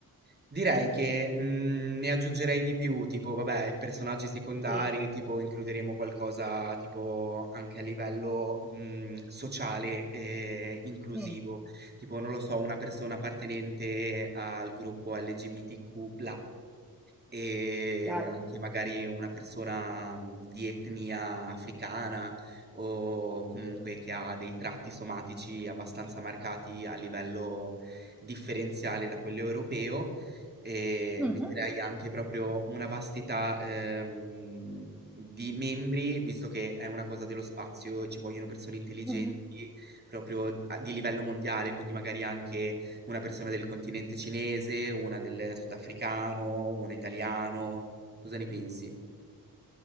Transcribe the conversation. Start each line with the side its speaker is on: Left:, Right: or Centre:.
Right: Direi che mm, ne aggiungerei di più, tipo, vabbè, personaggi secondari,
Centre: Sì,
Right: tipo includeremo qualcosa tipo anche a livello mm, sociale e inclusivo,
Centre: Mm,
Right: tipo, non lo so, una persona appartenente al gruppo LGBTQ+, e
Centre: chiaro.
Right: anche magari una persona mh, di etnia africana o comunque che ha dei tratti somatici abbastanza marcati a livello differenziale da quello europeo e
Centre: Mhm,
Right: metterei anche proprio una vastità ehm, di membri, visto che è una cosa dello spazio, ci vogliono persone intelligenti
Centre: mhm.
Right: proprio a- di livello mondiale, quindi magari anche una persona del continente cinese, una del sudafricano, una italiano. Cosa ne pensi?